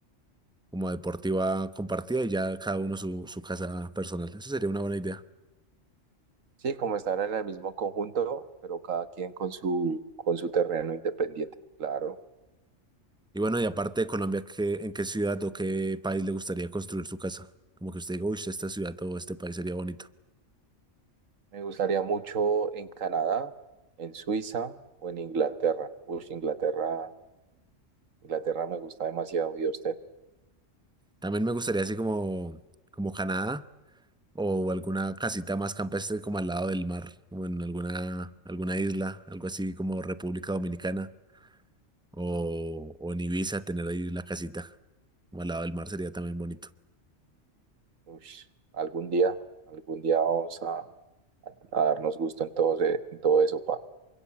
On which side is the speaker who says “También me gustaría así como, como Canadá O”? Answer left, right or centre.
Centre